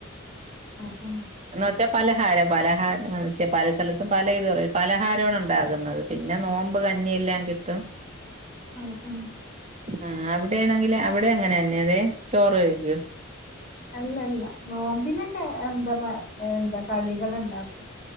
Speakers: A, on the left (about 40°); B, on the right (about 30°).
A: <unintelligible>
B: എന്ന് വെച്ചാ പലഹാരം പലഹാരം മ് ചെ പല സ്ഥലത്തും പല ഇത് പലഹാരൊട്ണ്ടാകുന്നത് പിന്നെ നോമ്പ് കഞ്ഞില്ലാം കിട്ടും
A: ആ ആ
B: ആ അവിടേണെങ്കില് അവിടെ അങ്ങനെന്നെത് ചോറ് കഴിക്കോ
A: അല്ലല്ല നോമ്പിനൊക്കെ എന്തപ എന്താ കടികളുണ്ടാക്കും